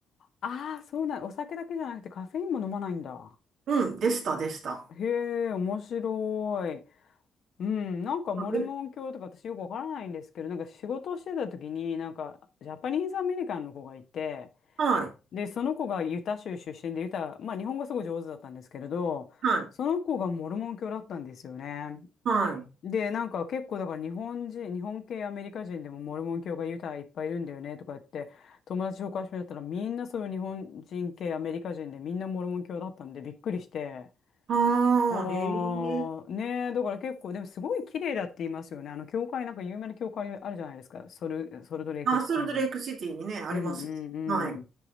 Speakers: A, on the left (about 60°); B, on the right (about 70°).
A: ああ、そうなん。お酒だけじゃなくてカフェインも飲まないんだ。
B: うん、でした、でした。
A: へえ、面白い。うん、なんかモルモン教とか私よくわからないんですけど、
B: あで
A: なんか仕事をしてた時に、なんかジャパニーズアメリカンの子がいて、
B: はい、
A: で、その子がユタ州出身で、ユタ、まあ日本語すごい上手だったんですけれど、
B: はい、
A: その子がモルモン教だったんですよね。
B: はい。
A: で、なんか結構だから日本人、日本系アメリカ人でもモルモン教がユタいっぱいいるんだよねとか言って、友達紹介してもらったらみんなそういう日本人系アメリカ人でみんなモルモン教だったんでびっくりして。
B: ああ、
A: ああ、
B: へえ。
A: ねえ、だから結構、でもすごい綺麗だって言いますよね。あの、教会、なんか有名な教会あるじゃないですか。ソル、ソルトレイクシティの。
B: あ、ソルトレイクシティにね、あります。
A: うんうんうん。
B: はい。